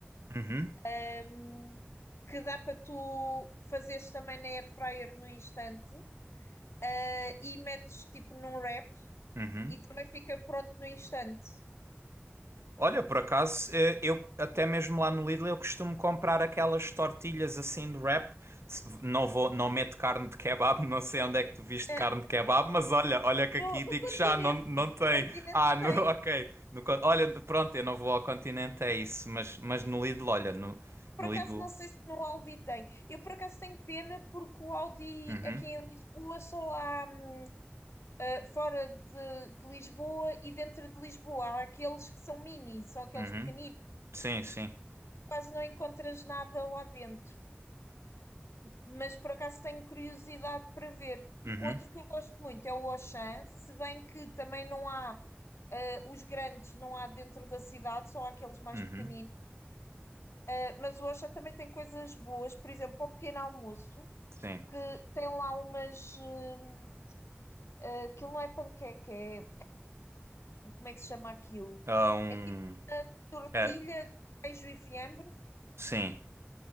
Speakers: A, on the right; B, on the left.
A: Uhum,
B: hum, que dá para tu fazeres também na air fryer no instante, ah, e metes tipo num wrap
A: uhum.
B: E também fica pronto no instante.
A: Olha, por acaso, eh, eu até mesmo lá no Lidl eu costumo comprar aquelas tortilhas assim de wrap. Se- Não vou, não meto carne de kebab, <laughs> não sei onde é que tu viste
B: Ah,
A: carne de kebab, mas olha, olha que aqui
B: No, no
A: digo-te
B: continente,
A: já, não, não tem.
B: no continente
A: Ah, no,
B: tem.
A: <laughs> ok. No con- olha, pronto, eu não vou ao continente, é isso, mas, mas no Lidl, olha, no,
B: Por
A: no
B: acaso
A: Lidl.
B: não sei se no Aldi tem. Eu por acaso tenho pena porque o Aldi
A: Uhum,
B: aqui em Lisboa só há hum, ah, fora de, de Lisboa e dentro de Lisboa. Há aqueles que são mini, são aqueles
A: uhum.
B: pequeninos.
A: Sim, sim.
B: Quase não encontras nada lá dentro. mas por acaso tenho curiosidade para ver.
A: Uhum,
B: Outro que eu gosto muito é o Auchan, se bem que também não há eh, os grandes, não há dentro da cidade, só há aqueles mais
A: uhum.
B: pequeninos. Eh, mas o Auchan também tem coisas boas, por exemplo, para o pequeno almoço,
A: Sim.
B: que tem lá umas. eh, eh, aquilo não é panqueca, é. Como é que se chama aquilo?
A: Ah, um.
B: É tipo tortilha,
A: É,
B: de queijo e fiambre.
A: sim.